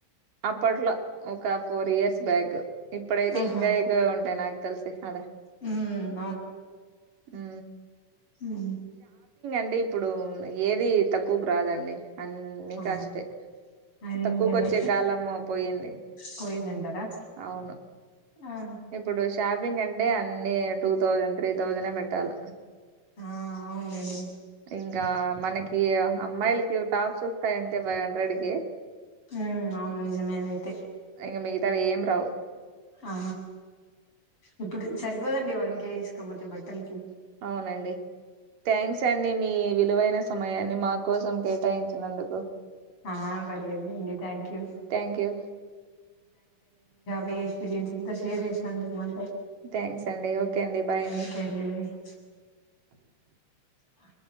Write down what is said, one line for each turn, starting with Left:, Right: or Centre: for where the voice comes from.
Right: అప్పట్లో ఒక ఫోర్ ఇయర్స్ బ్యాక్. ఇప్పుడైతే
Left: ఆహా
Right: ఇంకా ఎక్కువే ఉంటాయి నాకు తెలిసి ఆడ
Left: ఉమ్
Right: ఉ
Left: హ
Right: అంటే ఇప్పుడు ఏది తక్కువకు రాదండి అన్ని
Left: ఆ
Right: కాస్టే
Left: అది
Right: తక్కువకు
Left: నిజమే
Right: వచ్చే కాలము పోయింది
Left: పోయిందంటారా
Right: అవును
Left: ఆ
Right: ఇప్పుడు షాపింగ్ అంటే అన్ని టూ థౌజండ్ త్రీ థౌజండే పెట్ట పెట్టాల
Left: ఆ అవునులేండి
Right: ఇంకా మనకి అమ్మాయిలకి టాప్స్ వస్తాయి అంతే ఫైవ్ హండ్రెడ్ కి
Left: అ అవును నిజమే అదైతే
Right: ఎంగమే అవేం రావు
Left: ఆ ఇప్పుడు సరిపోదండి వన్ కేజీ తీసుకపోతే బట్టలకి
Right: అవునండి థ్యాంక్స్ అండి మీ విలువైన సమయాన్ని మా కోసం కేటాయించినందుకు
Left: ఆ పర్లేదులేండి thank you
Right: thank you
Left: waste జెన్స్ ఇంత సీరియస్ ఎందుకు ఉంటారు అంట
Right: థ్యాంక్స్ అండి ఓకే అండి బాయ్ అండి
Left: ఓకే బాయ్ ఆ